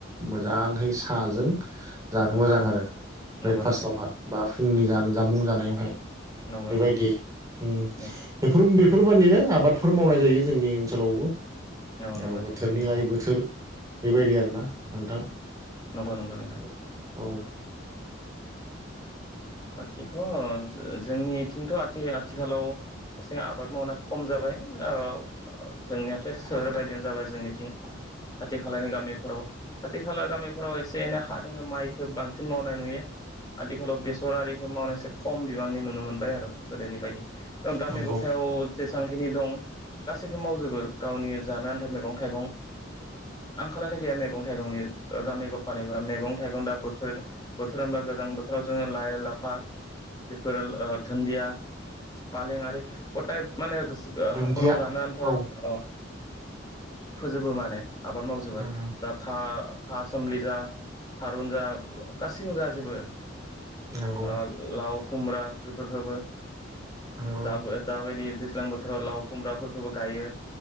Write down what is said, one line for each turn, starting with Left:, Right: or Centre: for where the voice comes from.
Right: मोजांहै साजों जानो मोजां आरो
Left: नंगौ
Right: ब्रेक फास्टावहा
Left: नोंथां नंगौ
Right: बा फुंनि जा जामुं जानायावहाय
Left: नंगौ
Right: बेबायदि
Left: नंगौ
Right: उम
Left: नोंथां
Right: बेफोर बे फोरबादिनो आबादफोर मावनाय जायो जोंनि ओनसोलावबो
Left: नंगौ नोंथां
Right: औ बोथोरनि लायै बोथोर बेबायदि आरोना नोंथां
Left: नंगौ नंगौ नोंथां
Right: औ औ
Left: बाखिथ' जोंनिथिंथ' आथि आथिखालाव एसे आबाद मावनाय खम जाबाय औ जोंनियाथ' सोहोर बायदियानो जाबाय जोंनिथिं खाथि खालानि गामिफोराव खाथि खाला गामिफोराव एसे एनै हा दोङो माइखो बांसिन मावनाय नुयो आथिखालाव बे बेसरयारिखौ मावनाय एसे खम बिबांनि नुनो मोनबाय आरो गोदोनि बायदि गामि
Right: नंगौ
Left: गफायाव जेसांखिनि दं। गासैखौ मावजोबो गावनि जानो आनथा मैगं थाइगं आंखालानो गैया मेगं। थायगंनि गामि गफानि मैगं थाइगंनि बोथोर दा गोजां बोथोराव जोङो लाफा बेफोर दोन्दिया फालें आरो गथाय माने ओ
Right: दुन्दिया
Left: न'खराव जानो आन्था
Right: औ
Left: अ। फोजोबो माने आबाद मावजोबो
Right: उम
Left: दा था था सोमलि जा थारुन जा गासिखौबो जाजोबो
Right: नंगौ
Left: ओ लाव खुमब्रा बेफोरखोबो।
Right: नंगौ
Left: दाब दाबाया दैज्लां बोथोराव लाव खुमब्राफोरखौबो गायो।